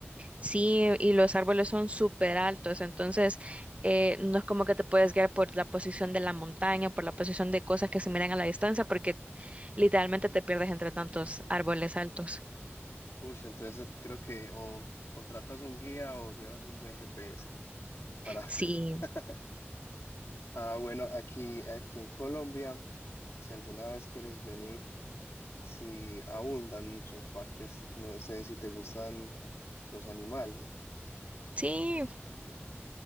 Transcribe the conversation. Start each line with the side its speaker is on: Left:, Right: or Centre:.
Right: Sí, y los árboles son súper altos, entonces eh, no es como que te puedes guiar por la posición de la montaña, por la posición de cosas que se miran a la distancia, porque literalmente te pierdes entre tantos árboles altos.
Left: Uy, entonces creo que o contratas un guía o llevas un buen GPS para...
Right: Sí,
Left: <laughs> Ah, bueno, aquí, aquí en Colombia, si alguna vez quieres venir, si abundan muchos parques, no sé si te gustan los animales,
Right: sí,